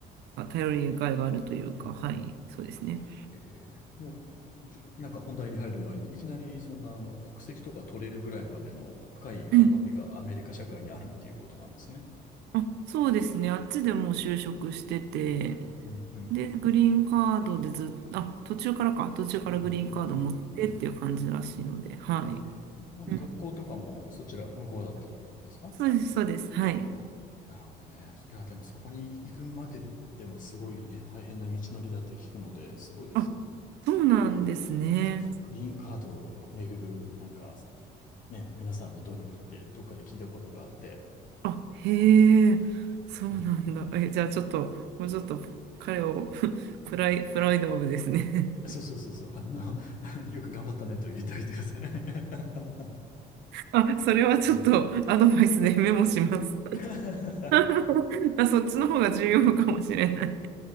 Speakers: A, on the right (about 80°); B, on the left (about 50°).
A: あ頼りがいがあるというか、
B: うん、
A: はい、
B: うん、うん。
A: そうですね。
B: えーもう、いきなんか本題に入る前に、いきなりそんなあの国籍とか取れるぐらいまでの深い関わりがアメリカ社会にあるっていうことなんですね。
A: うんあ、そうですね。あっちでもう就職してて、
B: うんうんうん
A: で、グリーンカードでずっと、あ、途中からか、途中からグリーンカード持ってっていう感じらしいので、
B: うんうんうんうん
A: はい。
B: えーまあ、学校とかもそちら向こうだったってことですか
A: うん。そうです、そうです。はい。
B: あ、なるほどね。いや、でもそこに行くまででもすごいね、大変な道のりだって聞くので、すごいですね。
A: あ、そうなんですね。
B: あ、そうそう、グリーンカードをめぐる、なんか、ね、皆さんの努力ってどっかで聞いたことがあって、
A: あ、へえ、そうなんだ。
B: うん
A: え、じゃあちょっと、もうちょっと彼を <laughs> プライ、プライドオブですね。
B: そうそうそうそう。あの、<laughs> よく頑張ったねと言っておいてください。<laughs>
A: あ、それはちょっとアドバイスでメモします。
B: で <laughs>
A: <laughs> あ、そっちの方が重要かもしれない。